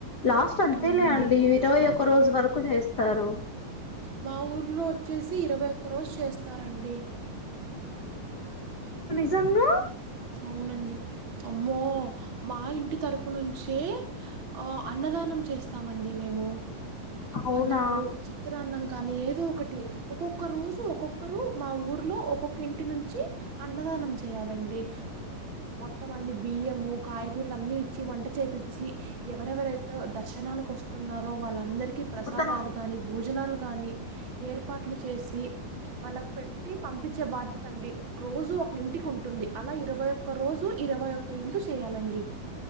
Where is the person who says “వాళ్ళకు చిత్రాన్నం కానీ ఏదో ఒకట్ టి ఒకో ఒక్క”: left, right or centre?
Right